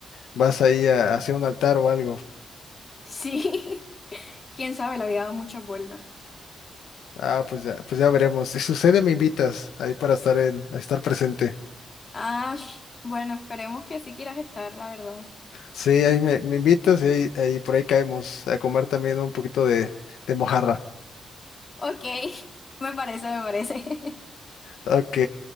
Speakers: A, on the left (about 85°); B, on the left (about 35°).
A: vas ahí a- hacia un altar o algo.
B: Sí, <laughs> quién sabe, la había dado muchas vueltas.
A: Ah, pues ya, pues ya veremos. Si sucede, me invitas ahí para estar en, a estar presente.
B: Ash, bueno, esperemos que sí quieras estar, la verdad.
A: Sí, ahí me, me invitas y ahí, ahí por ahí caemos a comer también un poquito de, de mojarra.
B: Ok, <laughs> me parece, me parece. <laughs>
A: Ok.